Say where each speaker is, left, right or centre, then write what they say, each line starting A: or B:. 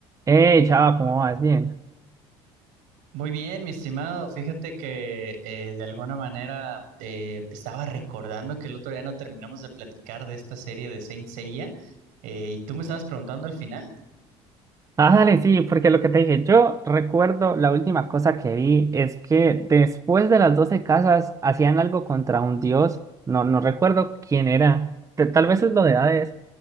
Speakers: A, on the right (about 25°); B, on the right (about 75°).
A: Hey, chava, ¿cómo vas? Bien.
B: Muy bien, mi estimado. Fíjate que eh, de alguna manera eh, estaba recordando que el otro día no terminamos de platicar de esta serie de Saint Seiya eh, y tú me estabas preguntando al final.
A: Ah, dale, sí, porque lo que te dije, yo recuerdo la última cosa que vi es que después de las 12 casas hacían algo contra un dios. No, no recuerdo quién era. Te- Tal vez es lo de Hades,